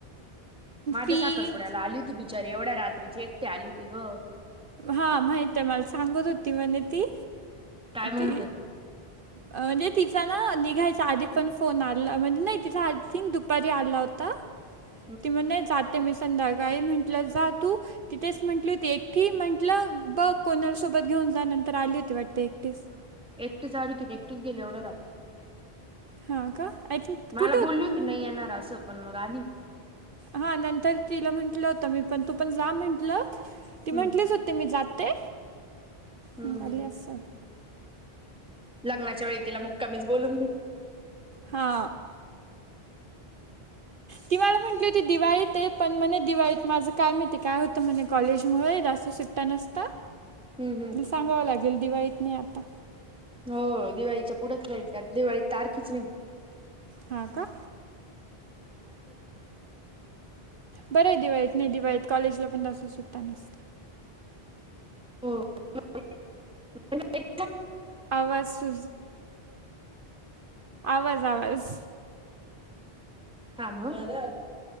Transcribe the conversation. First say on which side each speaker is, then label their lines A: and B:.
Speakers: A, in the centre; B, on the right.
A: माझ्या
B: ती
A: साखरपुड्याला आली होती बिचारी एवढ्या रात्रीची एकटी आली होती ग
B: हा माहित आहे मला सांगत होती म्हणे ती
A: टायम
B: ती
A: न होता त
B: म्हणजे तिचा ना निघायचा आधी पण फोन आला म्हणजे नाही तिथ आथिं दुपारी आला होता
A: <inaudible>
B: ती म्हण नाही जाते मी संध्याकाळी म्हंटलं जा तू तिथेच म्हंटली होती एकटी म्हटलं बघ कोणाला सोबत घेऊन जा नंतर आली होती वाटते एकटीच
A: एकतीस सा अडीती एकटस गेले एवढ्या रात
B: हां का आय थिंक
A: मला
B: कुठं होत
A: बोलल होती नाही येणार असं पण मग आली
B: हा नंतर तिला म्हंटलं होतं मी पण तू पण जा म्हंटलं ती
A: हम्म
B: म्हटलीच होते मी जाते
A: हम्म
B: लागली
A: हम्म.
B: अस सल-
A: लग्नाच्या वेळी तिला मग कमीच बोलून घे
B: हा
A: <inaudible>
B: ती मला म्हटली होती दिवाळीत आहे पण म्हणे दिवाळीत माझं काय माहिती काय होतं म्हणे कॉलेजमुळे जां सुट्ट टनस्ता
A: हम्म हम्म
B: सांगावं लागेल दिवाळीत नाही आता
A: हो दिवाळीच्या कुठंच जाईल काी आता दिवाळी तारखीच नाही
B: हां का
A: हकी
B: बरं आहे दिवाईत नाही दिवाळीत कॉलेजला पण जासं सुट्ट नस
A: हो
B: आवाज सु आवाज आवाज
A: हा मग